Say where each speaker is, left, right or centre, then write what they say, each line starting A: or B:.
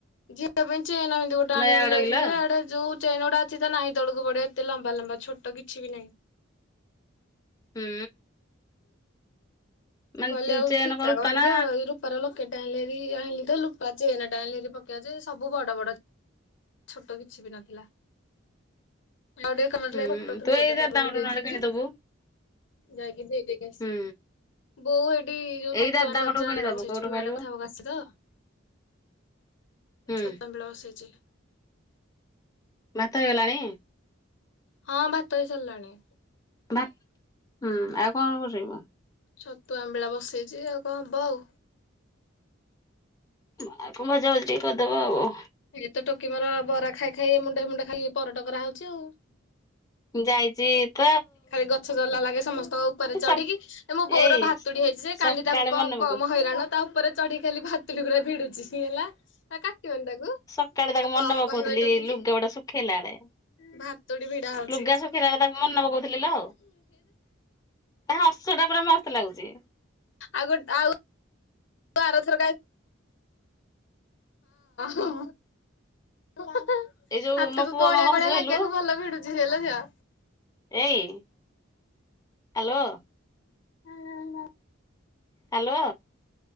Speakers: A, on the left; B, on the left.
A: ଝିଅଟା ପାଇଁ ଚେନ୍ ଏମିତି ଗୋଟେ ଆଣିବି
B: ନୟାଗଡ
A: ବୋଲି ଯାଇଥିଲି
B: କିଲୋ
A: ହେଟେ ଯୋଉ ଚେ୍ନ ଉଡା ଅଛି ତା ନାହି ତଳକୁ ପଡିବ ଏତେ ଲମ୍ବା ଲମ୍ବା ଛୋଟ କିଛି ବି ନାହିଁ।
B: ହୁଁ। ମାନେ
A: ଗଲେ ଆଉ
B: ଚେନ
A: ଫିତା
B: କରୁ
A: ବାନ୍ଧିବ
B: ପାନା
A: ଏଇ ରୂପାର ଲ କେଟ ଆଇଁଲିଭାରି ଆଇଁଲି ତ ରୁପା ଚେନ୍ ଟେ ଆଣିଲିହାରି ପକେଇବ ଯେ ସବୁ ବଡ ବଡ ଛୋଟ କିଛି ବି ନଥିଲା‌। ଆଉ ଟିକେ କାମଥିଲା
B: ହୁଁ
A: ଯେ ଫଟୋ ଫ୍ରେମେ
B: ତୁ
A: ଗୋଟେ
B: ଏଇ ଦାଦାଙ୍କଠୁ
A: କରିବି ବୋଲି ଦେଇଥିଲି
B: ନହେଲେ କିଣିଦବୁ
A: ଯେ ଯାଇକି ଦେଇକି
B: ହୁଁ
A: ବୋଉ ଏଠି ଯୋଉ
B: ଏଇ
A: ଛତୁ
B: ଦାଦାଙ୍କଠୁ
A: ଆଣିଲା ପରେ <unintelligible>
B: କିଣିଦବୁ କୋଉଠୁ
A: ମୁଁ
B: କହିଲୁ
A: ଏଡେ କଥା ହେବାକୁ ଆସିଚି ତ
B: ହୁଁ
A: ଛତୁ ଆମ୍ବିଳ ବସେଇଚି।
B: ଭାତ ହେଇଗଲାଣି?
A: ହଁ ଭାତ ହେଇସାରିଲାଣି।
B: ଭା ହୁଁ ଆଉ କଣ କରିବ?
A: ଛତୁ ଆମ୍ବିଳା ବସେଇଚି ଆଉ କଣ ହବ ଆଉ।
B: ଆଉ କଣ ଭଜା ଭିଜ ଟିକେ କରିଦବ ଆଉ।
A: ଏଇ ତ ଟୋକି ମୋର ବରା ଖାଇ ଖାଇ ମୁଣ୍ଡା ମୁଣ୍ଡା ଖାଇ <unintelligible> ପରଟା କରା ହୋଉଚି ଆଉ।
B: ଯାଇଛି ତ
A: ଖାଲି ଗଛ ଚଢିଲା ଲାଗେ ସମସ୍ତଙ୍କ ଉପରେ ଚଢିକି
B: ଆଉ
A: ଏ ମୋ
B: ଏଇ
A: ବୋଉର ଭାତୁ ପଡି ଯାଇଚି ଯେ
B: ସକାଳେ
A: କାଲି ତାକୁ କ-
B: ମନେ ପକଉ
A: କମ ହଇରାଣ ତା ଉପରେ ଚଢି ଖାଲି ଭାତୁଡି ଗୁଡା ଭିଡୁଚି ହେଲା କାଟିବନି ତାକୁ
B: ସକାଳେ ତାକୁ
A: ଆଉ
B: ମନେ
A: କମ
B: ପକୋଉଥିଲି
A: କହିବ ଏଇ ଟୋକିକି।
B: ଲୁଗାଗୁଡା ଶୁଖେଇଲା ବେଳେ।
A: ଭାତୁଡି ଭିଡା ହୋଉଚି।
B: ଲୁଗା ଶୁଖେଇଲା ବେଳେ ତାକୁ ମନେ ପକଉଥିଲି ଲୋ ତା ହସ ଟା ପୁରା ମସ୍ତ ଲାଗୁଚି।
A: ଆଉ ଗୋଟେ ଆଉ ଏ ଆର ଥରକ ଆଇ ହଁ। <unintelligible>
B: ଏଇ ଯୋଉ
A: ହାତକୁ
B: ମୋ ପୁଅ
A: କ‌ଅଁଳିଆ
B: କଣ କହୁଛି
A: କ‌ଅଁଳିଆ
B: କହିଲୁ
A: ଲାଗିବାକୁ ଭଲ ଭିଡୁଚି ସେ ଲୋ ଝିଅ।
B: ଏଇ ହାଲୋ।
A: <unintelligible>
B: ହ୍ୟାଲୋ